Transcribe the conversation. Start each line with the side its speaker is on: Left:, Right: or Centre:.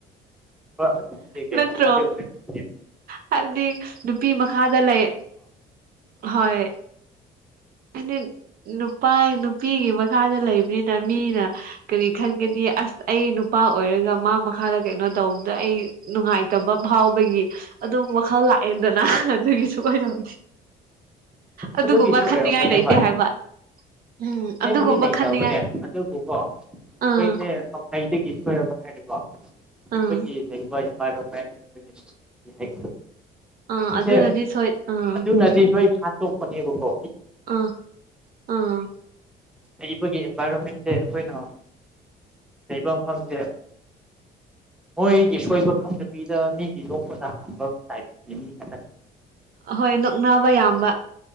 Centre: ꯍꯪꯦ ꯀꯩꯅꯩꯅꯣ
Right: ꯅꯠꯇ꯭ꯔꯣ
Centre: ꯃ ꯑꯣꯏꯔ
Right: ꯍꯥꯏꯕꯗꯤ ꯅꯨꯄꯤ ꯃꯈꯥꯗ ꯂꯩ ꯍꯣꯏ ꯍꯥꯏꯗꯤ ꯅꯨꯄꯥ ꯅꯨꯄꯤꯒꯤ ꯃꯈꯥꯗ ꯂꯩꯕꯅꯤꯅ ꯃꯤꯅ ꯀꯔꯤ ꯈꯪꯒꯅꯤ ꯑꯁ ꯑꯩ ꯅꯨꯄꯥ ꯑꯣꯏꯔꯒ ꯃꯥ ꯃꯈꯥꯗ ꯀꯩꯅꯣ ꯇꯧꯕꯗ ꯑꯩ ꯅꯨꯡꯉꯥꯏꯇꯕ ꯐꯥꯎꯕꯒꯤ ꯑꯗꯨꯝ ꯋꯥꯈꯜ ꯂꯥꯛꯑꯦꯗꯅ ꯑꯗꯨꯒꯤꯁꯨ ꯑꯣꯏꯅ ꯍꯧꯗꯤ ꯑꯗꯨꯒꯨꯝꯕ
Centre: ꯑꯗꯨꯒꯤꯁꯨ
Right: ꯈꯟꯅꯤꯡꯉꯥꯏ
Centre: ꯑꯣꯏꯔꯝꯒꯅꯤ
Right: ꯂꯩꯇꯦ
Centre: ꯍꯣꯏ
Right: ꯍꯥꯏꯕ ꯎꯝ
Centre: ꯑꯁꯦꯡꯕꯗꯤ
Right: ꯑꯗꯨꯒꯨꯝꯕ
Centre: ꯂꯩꯇꯕꯅꯦ
Right: ꯈꯟꯅꯤꯡꯉꯥꯏ
Centre: ꯑꯗꯨꯕꯨꯀꯣ
Right: ꯑꯥ
Centre: ꯑꯩꯈꯣꯏꯁꯦꯈꯩꯗꯒꯤ ꯁꯣꯏꯔꯕ ꯍꯥꯏꯔ ꯑꯩꯈꯣꯏꯒꯤ
Right: ꯑꯥ
Centre: ꯂꯩꯔꯤꯕ ꯏꯟꯚꯥꯏꯔꯣꯟꯃꯦꯟ ꯑꯩꯈꯣꯏꯒꯤꯁꯇ ꯍꯥꯏꯒꯗ꯭ꯔꯥ
Right: ꯑꯥ
Centre: ꯁꯤꯁꯦ
Right: ꯑꯗꯨꯅꯗꯤ ꯁꯣꯏ ꯑꯥ
Centre: ꯑꯗꯨꯅꯗꯤ ꯂꯣꯏ ꯍꯥꯠꯇꯣꯛꯄꯅꯦꯕꯀꯣ
Right: ꯑ ꯑꯥ
Centre: ꯂꯩꯔꯤꯕꯕꯒꯤ ꯏꯟꯚꯥꯏꯔꯣꯟꯃꯦꯟꯁꯦ ꯑꯩꯈꯣꯏꯅ ꯂꯩꯕ ꯃꯐꯝꯁꯦ ꯃꯣꯏꯒꯤ ꯑꯁꯣꯏꯕ ꯈꯪꯗ ꯃꯤꯗ ꯃꯤꯒꯤ ꯌꯣꯛꯄꯗ ꯍꯥꯟꯕ ꯇꯥꯏ ꯃꯤ ꯈ
Right: ꯑꯍꯣꯏ ꯅꯣꯛꯅꯕ ꯌꯥꯝꯕ